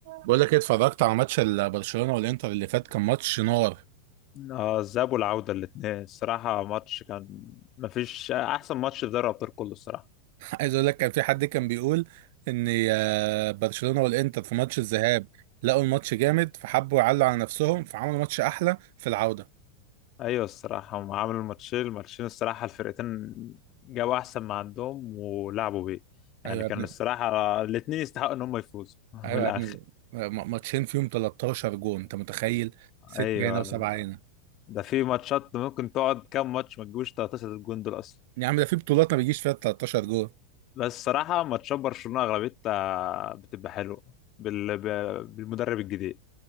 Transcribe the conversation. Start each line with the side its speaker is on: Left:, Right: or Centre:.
Right: بقول لك ايه اتفرجت على ماتش ال- برشلونه والانتر اللي فات كان ماتش نار
Left: اه الذهاب والعودة الاتنين الصراحة ماتش كان مفيش أحسن ماتش في دوري الأبطال كله الصراحة
Right: <laughs> عايز اقول لك كان في حد كان بيقول ان آه، برشلونه والانتر في ماتش الذهاب لقوا الماتش جامد فحبوا يعلوا على نفسهم فعملوا ماتش احلى في العوده
Left: أيوة الصراحة هم عملوا الماتشين الماتشين الصراحة الفرقتين جابوا أحسن ما عندهم ولعبوا بيه يعني
Right: ايوه يا
Left: كان
Right: ابني
Left: الصراحة الاتنين يستحقوا إن هم يفوزوا <laughs>
Right: ايوه
Left: من الآخر
Right: يا ابني م- ماتشين فيهم 13 جون انت متخيل ستة
Left: أيوة
Right: هنا وسبعة هنا
Left: ده في ماتشات ممكن تقعد كام ماتش ما تجيبوش 13 جون دول أصلا
Right: يا عم ده في بطولات ما بيجيش فيها 13 جون
Left: بس الصراحة ماتشات برشلونة أغلبيتها بتبقى حلوة بال... ب- بالمدرب الجديد